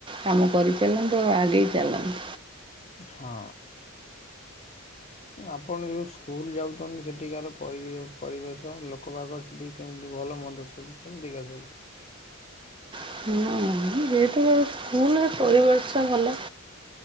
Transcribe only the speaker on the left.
ହଁ। ଆପଣ ଯୋଉ ସ୍କୁଲ୍ ଯାଉଛନ୍ତି ସେଠିକାର ପରି-ପରିବେଶ ଲୋକ ଲୋକ <unintelligible> କେମିତି ଭଲ ମନ୍ଦ ସବୁ କେମିତିକା ସବୁ?